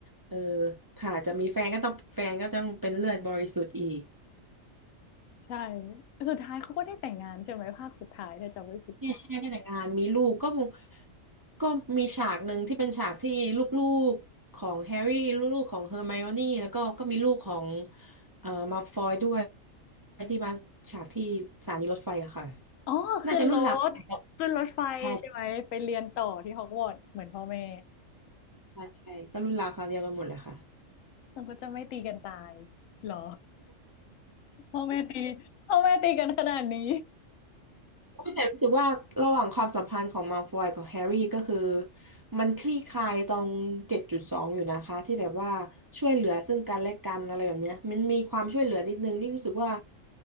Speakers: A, on the right (about 30°); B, on the left (about 80°).
A: เออค่ะจะมีแฟนก็ต้องแฟนก็ต้องเป็นเลือดบริสุทธิ์อีก
B: ใช่สุดท้ายเขาก็ได้แต่งงานใช่ไหมภาคสุดท้ายถ้าจำไม่ผิด
A: ใช่ใช่ได้แต่งงานมีลูกก็คงก็มีฉากหนึ่งที่เป็นฉากที่ลูกๆของแฮร์รี่ลูกๆของเฮอร์ไมโอนี่แล้วก็ก็มีลูกของเอ่อมัลฟอยด้วยที่มาฉากที่สถานีรถไฟอะค่ะ
B: อ๋อขึ้นรถขึ้นรถไฟใช่ไหมไปเรียนต่อที่ฮอกวอตส์เหมือนพ่อแม่
A: น่าจะรุ่นราวใช่ใช่ใช่ก็รุ่นราวคราวเดียวกันหมดเลยค่ะ
B: มันก็จะไม่ตีกันตายเหรอพ่อแม่ตีพ่อแม่ตีกันขนาดนี้
A: แต่รู้สึกว่าระหว่างความสัมพันธ์ของมัลฟอยกับแฮร์รี่ก็คือมันคลี่คลายตรงเจ็ดจุดสองอยู่นะคะที่แบบว่าช่วยเหลือซึ่งกันและกันอะไรแบบเนี้ยมันมีความช่วยเหลือนิดนึงนี่รู้สึกว่า